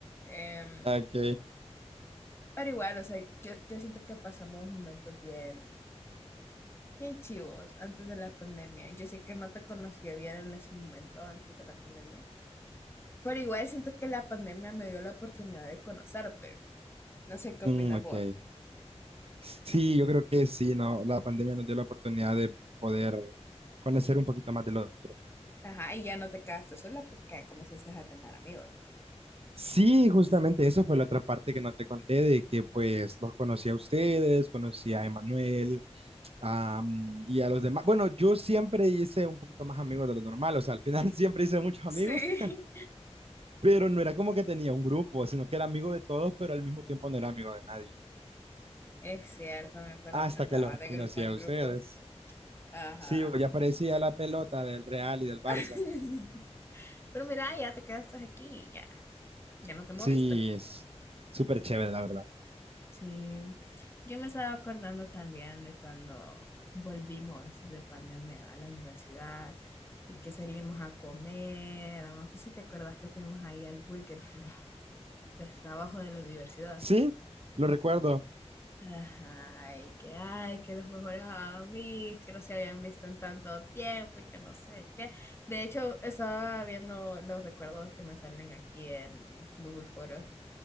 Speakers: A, on the left; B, on the right.
A: Em,
B: Ok,
A: pero igual, o sea, yo, yo siento que pasamos momentos bien, bien chivos antes de la pandemia. Yo sé que no te conocía bien en ese momento antes de la pandemia, pero igual siento que la pandemia me dio la oportunidad de conocerte. No sé qué
B: mm,
A: opinas
B: ok.
A: vos.
B: Sí, yo creo que sí, ¿no? La pandemia nos dio la oportunidad de poder conocer un poquito más del otro.
A: Ajá, y ya no te quedaste sola porque comenzaste a tener amigos.
B: Sí, justamente eso fue la otra parte que no te conté, de que pues los conocí a ustedes, conocí a Emanuel, am, y a los demás. Bueno, yo siempre hice un poquito más amigos de lo normal, o sea, al final <laughs> siempre hice muchos amigos.
A: Sí,
B: Pero no era como que tenía un grupo, sino que era amigo de todos, pero al mismo tiempo no era amigo de nadie.
A: Es cierto, me acuerdo
B: Hasta
A: que andaba
B: que los
A: de
B: conocí
A: grupo en
B: a
A: grupo.
B: ustedes.
A: Ajá.
B: Sí, ya parecía la pelota del Real y del Barça.
A: <laughs> Pero mira, ya te quedaste aquí, ya, ya no te moviste.
B: Sí, es súper chévere, la verdad.
A: Sí, yo me estaba acordando también de cuando volvimos de pandemia a la universidad y que salimos a comer. No sé si te acuerdas que fuimos ahí al Burger King, que está abajo de la universidad.
B: Sí, lo recuerdo,
A: Ay que ay, que los mejores amigos, que no se habían visto en tanto tiempo y que no sé qué. De hecho, estaba viendo los recuerdos que me salen aquí en Google Fotos.